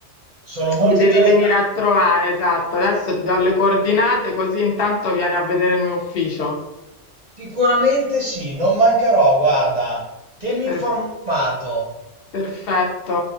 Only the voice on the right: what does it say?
sono molto
interessato.
Sicuramente sì, non mancherò, guarda. Tienimi
informato.